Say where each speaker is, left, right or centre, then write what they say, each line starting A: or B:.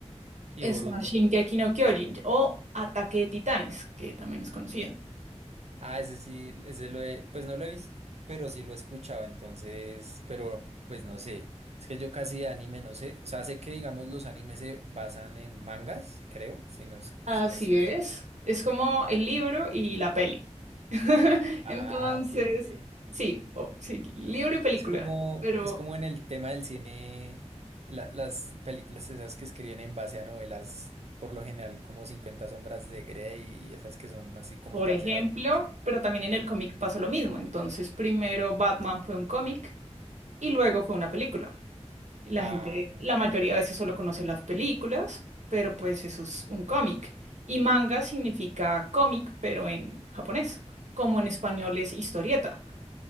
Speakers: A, on the right (about 65°); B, on the right (about 80°).
A: y
B: Está
A: Boruto.
B: Shingeki no Kyojin o Ataque de Titanes, que también es conocido.
A: Ah, ese sí, ese lo he, pues no lo he visto, pero sí lo he escuchado, entonces, pero pues no sé, es que yo casi de anime no sé, o sea, sé que digamos los animes se basan en mangas, creo, si no, es-
B: Así
A: si no estoy
B: es.
A: mal.
B: Es como el libro y la peli. <laughs>
A: Ah,
B: Entonces,
A: ok, ok.
B: sí, o- sí, libro y película.
A: Es como,
B: Pero,
A: es como en el tema del cine, la- las películas esas que escriben en base a novelas, por lo general como 50 sombras de Grey y esas que son así como
B: por
A: todas
B: ejemplo,
A: eróticas.
B: pero también en el cómic pasa lo mismo. Entonces, primero Batman fue un cómic y luego fue una película. La
A: Ah,
B: gente,
A: ok.
B: la mayoría de veces solo conoce las películas, pero pues eso es un cómic. Y manga significa cómic, pero en japonés, como en español es historieta.